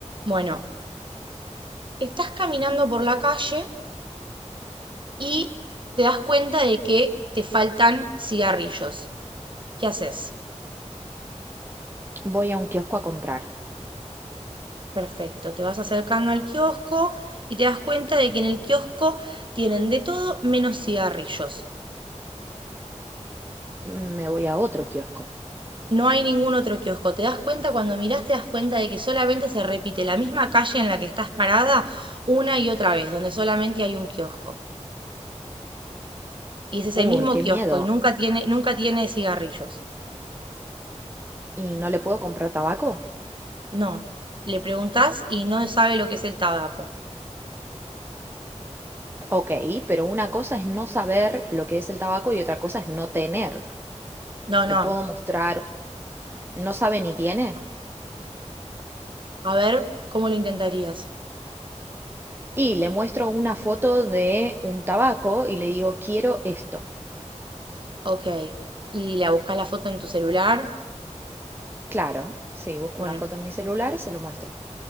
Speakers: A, on the right; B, on the right.
A: Bueno, estás caminando por la calle y te das cuenta de que te faltan cigarrillos. ¿Qué haces?
B: Voy a un kiosco a comprar.
A: Perfecto, te vas acercando al kiosco y te das cuenta de que en el kiosco tienen de todo menos cigarrillos.
B: Me voy a otro kiosco.
A: No hay ningún otro kiosco. Te das cuenta, cuando mirás, te das cuenta de que solamente se repite la misma calle en la que estás parada una y otra vez, donde solamente hay un kiosco. Y es ese
B: Uy,
A: mismo
B: qué
A: kiosco
B: miedo.
A: y nunca tiene, nunca tiene cigarrillos.
B: ¿Y no le puedo comprar tabaco?
A: No, le preguntás y no sabe lo que es el tabaco.
B: Ok, pero una cosa es no saber lo que es el tabaco y otra cosa es no tener.
A: No, no.
B: Le puedo mostrar, no sabe ni tiene.
A: Ah, A ver, ¿cómo lo intentarías?
B: Y le muestro una foto de un tabaco y le digo, quiero esto.
A: Ok. Y la buscas la foto en tu celular.
B: Claro, sí, busco
A: Bueno,
B: una foto en mi celular, se lo muestro.